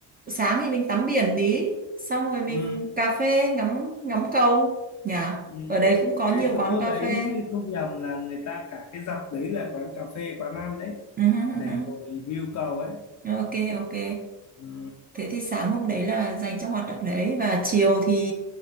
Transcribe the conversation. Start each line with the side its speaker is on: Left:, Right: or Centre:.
Right: sáng thì mình tắm biển tí xong rồi mình
Left: ừ.
Right: cà phê ngắm ngắm cầu nhỉ
Left: Ừ.
Right: ở đây cũng có
Left: Cái
Right: nhiều
Left: chỗ
Right: quán cà
Left: đấy
Right: phê <laughs>
Left: không nhầm là người ta cả cái dọc đấy là quán cà phê, quán ăn đấy
Right: Ừ, ừ,
Left: để
Right: ừ,
Left: ngồi view cầu ấy.
Right: ừ. ok ok
Left: Ừ.
Right: Thế thì sáng hôm đấy là dành cho hoạt động đấy và chiều thì